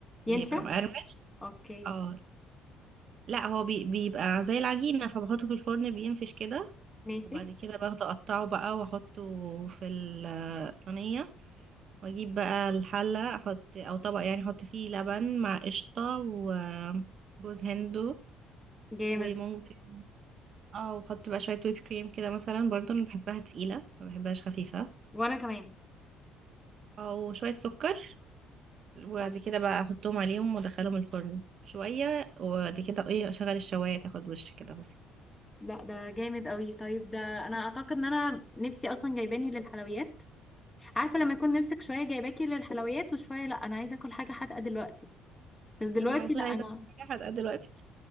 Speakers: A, on the left; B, on the right.
A: ينشف
B: ويبقى مقرمش
A: اوكي
B: اه لا هو بي... بيبقى زي العجينة فبحطه في الفرن بينفش كده
A: ماشي
B: وبعد كده باخده اقطعه بقى واحطه في الصينية واجيب بقى الحلة احط او طبق يعني احط فيه لبن مع قشطة وجوز هندو
A: جامد
B: وممكن اه وحط بقى شوية ويب كريم كده مثلا برضه انا بحبها تقيلة ما بحبهاش خفيفة
A: وانا كمان
B: او شوية سكر وبعد
A: أوك.
B: كده بقى احطهم عليهم وادخلهم الفرن شوية وبعد كده ايه اشغل الشواية تاخد وش كده بصي
A: لا ده جامد قوي طيب ده انا اعتقد ان انا نفسي اصلا جايباني للحلويات عارفه لما يكون نفسك شويه جايباكي للحلويات وشويه لا انا عايزه اكل حاجه حادقه دلوقتي بس دلوقتي
B: انا على طول
A: لا انا
B: عايزة حاجة حادقة دلوقتي